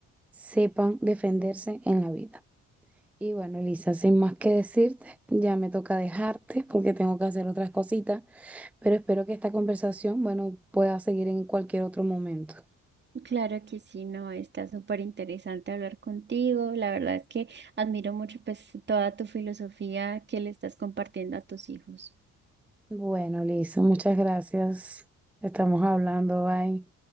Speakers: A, in the centre; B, on the right (about 35°).
A: sepan defenderse en la vida. Y bueno, Elisa, sin más que decirte, ya me toca dejarte porque tengo que hacer otras cositas, pero espero que esta conversación, bueno, pueda seguir en cualquier otro momento.
B: Claro que sí, no, está súper interesante hablar contigo. La verdad es que admiro mucho pues toda tu filosofía que le estás compartiendo a tus hijos.
A: Bueno, Elisa, muchas gracias. Estamos hablando, bye.